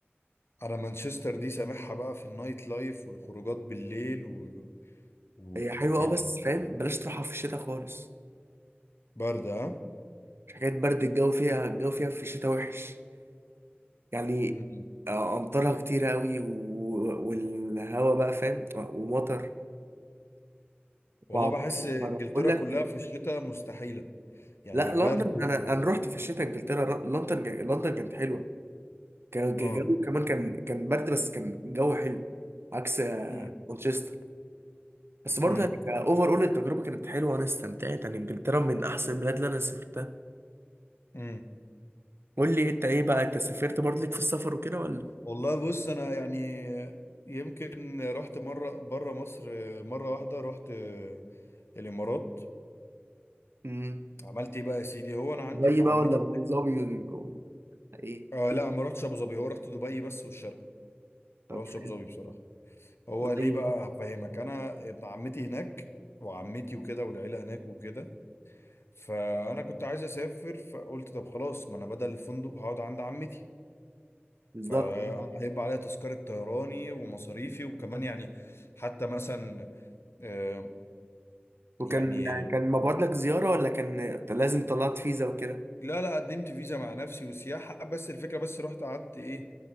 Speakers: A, on the left; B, on the right.
A: انا مانشستر دي سامعها بقى في النايت لايف والخروجات بالليل و... و...
B: هي حلوه
A: يعني
B: اه بس فاهم بلاش تروحها في الشتاء خالص
A: برد ها
B: حكايه برد الجو فيها الجو فيها في الشتاء وحش يعني
A: مم.
B: آه، امطارها كتير قوي و- والهوا بقى فاهم ومطر
A: والله
B: وعواصف
A: بحس انجلترا
B: بقول لك
A: كلها في الشتاء مستحيله يعني
B: لا
A: برد
B: لندن انا انا رحت في الشتاء انجلترا لندن لندن كانت حلوه كان كان-
A: اه
B: جو كمان كان كان برد بس كان جو حلو عكس آه،
A: مم.
B: مانشستر بس برضه
A: مم.
B: يعني كاوفر اول التجربه كانت حلوه وانا استمتعت يعني انجلترا من احسن البلاد اللي انا سافرتها
A: مم.
B: قول لي انت ايه بقى انت سافرت برضه ليك في السفر وكده ولا
A: والله بص انا يعني يمكن رحت مره بره مصر مره واحده رحت الامارات
B: امم
A: عملت ايه بقى يا سيدي هو انا عندي
B: دبي
A: ابن عمتي
B: بقى ولا ابو ظبي و- ايه
A: آه لا ما رحتش ابو ظبي هو رحت دبي بس والشرق
B: طب
A: ما رحتش
B: حلو
A: ابو ظبي بصراحه هو
B: دبي
A: ليه بقى
B: بقى.
A: هفهمك انا ابن عمتي هناك وعمتي وكده والعيله هناك وكده فانا كنت عايز اسافر فقلت طب خلاص ما انا بدل الفندق هقعد عند عمتي
B: بالظبط
A: فانا
B: آه.
A: هيبقى عليا تذكره طيراني ومصاريفي وكمان يعني حتى مثلا آه
B: وكان
A: يعني
B: كان مبعوت لك زياره ولا كان لازم طلعت فيزا وكده
A: لا لا قدمت فيزا مع نفسي وسياحه بس الفكره بس رحت قعدت ايه